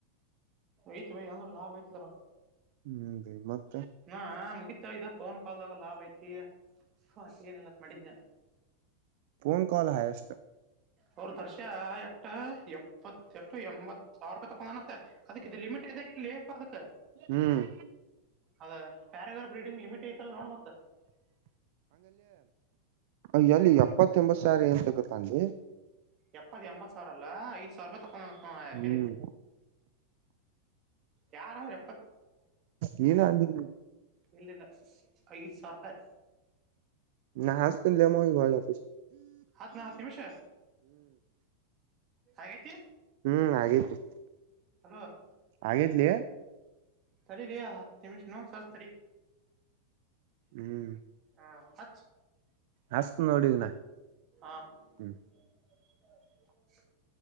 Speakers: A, on the right; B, on the right.
A: ಐತ್ ಬಯ ಅಂದ್ರ ಲಾಭ ಐತದರ
B: ಹ್ಮ್ ಮತ್ತ
A: ಹಾ ಮುಗಿ ಇದ ಫೋನ್ ಕಾಲ್ದಾಗ ಲಾಭ ಐತಿ ಮತ್ತ ಏನೆಲ್ಲ ಮಾಡಿದನ
B: ಫೋನ್ ಕಾಲ್ ಹಯಸ್ಟ್
A: ಅವ್ರ ದರ್ಶ ಎಟ್ಟ ಎಪ್ಪ ಇಪ್ಪತ್ತೆಟು ಎಂಬತ್ತು ಸಾವಿ ರೂಪಾಯಿ ತೊೊಂಡಾನತ್ತ ಅದಕ್ಕೆ ಇದು ಲಿಮಿಟ್ ಇಲ್ಲೇಪ್ಪ ಅದಕ್ಕೆ <inaudible>
B: ಹ್ಮ್
A: ಅದ ರಗರ್ ಬ್ರೀಡಿಂಗ್ ಲಿಮಿಟ್ ಐತಲ್ಲ ನೋಡ ಮತ್ತ
B: ಅಯ್ಯಲ್ಲಿ ಎಪ್ಪತ್ತ ಎಂಬತ್ ಸಾವರ ಏನ್ ತಗತ್ತ ಅನ್
A: ಎಪ್ಪತ್ ಎಂಬತ್ ಸಾವಿರ ಅಲ್ಲ ಐದ ಸಾವಿರ ರೂಪಾಯಿ ತಕೊಂಡನ ಹ್ಯಾಪಿಲಿ
B: ಹ್ಮ್
A: ಯಾರ ಅವ್ರ
B: ನೀನ ಅಜಿದ್ದಿ
A: ಇಲ್ಲಿಲ್ಲ ಐದು ಸಾವಿರ ರೂಪಾಯಿ
B: ನ ಹಾಸತ ಲೇಮ ಗರ ಒ
A: ಹತ್ತು ನ ಹತ್ತು ನಿಮಿಷ ಹಾಗೈತಿ
B: ಹ್ಮ್ ಆಗೇತ್ರಿ
A: ಹಲೋ <inaudible>
B: ಆಗೇತ್ಲಿ
A: ಸರಿ ರೀ ಹತ್ತು ನಿಮಿಷನು ಸಲ್ ಸರಿ
B: ಹ್ಮ್
A: ಹಾ ಹಾ
B: ಹಸ್ತ್ ನೋಡಿಗ ನಾ
A: <unintelligible>
B: ಹ್ಮ್